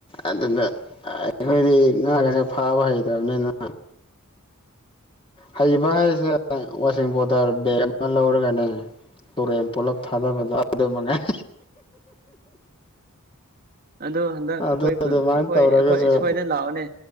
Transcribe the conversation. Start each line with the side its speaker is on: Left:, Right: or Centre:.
Left: ꯑꯗꯨꯗ ꯑꯩꯈꯣꯏꯗꯤ ꯉꯥꯒꯁꯦ ꯐꯥꯕ ꯍꯩꯇꯕꯅꯤꯅ ꯍꯩꯕ ꯍꯥꯏꯁꯦ ꯋꯥꯁꯤꯡ ꯄꯣꯗꯔ ꯕꯦꯛ ꯑꯟ ꯑꯃ ꯂꯧꯔꯒꯅꯦ ꯇꯨꯔꯦꯟ ꯄꯨꯂꯞ ꯊꯥꯗꯕꯗꯣ ꯑꯗꯨ ꯃꯉꯥꯏ
Right: ꯑꯗꯨ ꯍꯟꯗꯛ
Left: ꯑꯗꯨ
Right: ꯑꯩꯈꯣꯏ ꯈꯨꯟ
Left: ꯑꯗꯨꯃꯥꯏꯅ
Right: ꯑꯩꯈꯣꯏ
Left: ꯇꯧꯔꯒꯁꯨ
Right: ꯑꯩꯈꯣꯏ ꯁ꯭ꯋꯥꯏꯗ ꯂꯥꯛꯑꯣꯅꯦ